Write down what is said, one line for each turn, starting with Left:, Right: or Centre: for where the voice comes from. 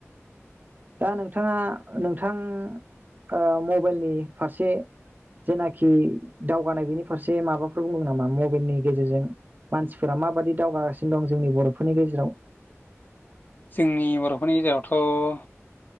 Right: दा नोंथाङा नोंथां ओ मबेलनि फारसे जेनाखि दावगानाय बेनि फारसे माबाफोर बुंगोन नामा म बेलनि गेजेरजों मानसिफोरा माबायदि दावगागासिनो दं जोंनि बर'फोरनि गेजेराव
Left: जोंनि बर'फोरनि गेजेरावथ'